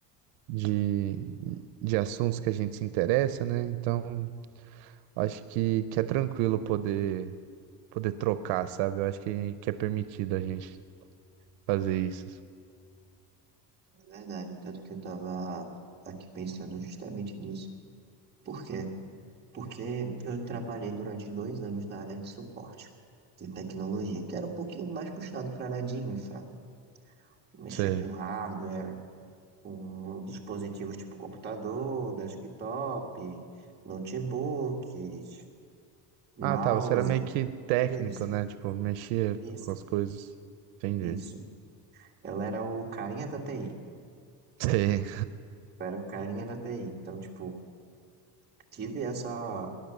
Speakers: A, on the right; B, on the right.
A: de, de assuntos que a gente se interessa, né? Então acho que, que é tranquilo poder, poder trocar, sabe? Eu acho que, que é permitido a gente fazer isso.
B: É verdade, tanto que eu estava aqui pensando justamente nisso. Por quê? Porque eu trabalhei durante dois anos na área de suporte de tecnologia, que era um pouquinho mais puxado para a área de infra. Mexer
A: Sei.
B: com hardware, com dispositivos tipo computador, desktop, notebooks, mouse,
A: Ah, tá. Você era meio que técnico,
B: tudo isso.
A: né? Tipo, mexia
B: Isso,
A: com as coisas. Entendi.
B: isso. Eu era o carinha da TI.
A: Sim.
B: Eu era o carinha da TI. Então, tipo, tive essa.